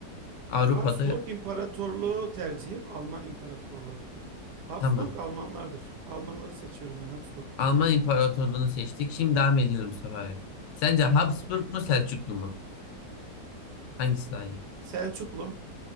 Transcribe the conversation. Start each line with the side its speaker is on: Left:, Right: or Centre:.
Left: Avrupa'da
Right: Habsburg İmparatorluğu tercihim Alman İmparatorluğu. Habsburg
Left: tamam.
Right: Almanlardır. Almanları seçiyorum ben Habsburg.
Left: Alman İmparatorluğunu seçtik. Şimdi devam ediyorum Mustafa abi. Sence Habsburg mu Selçuklu mu? Hangisi daha iyi?
Right: Selçuklu,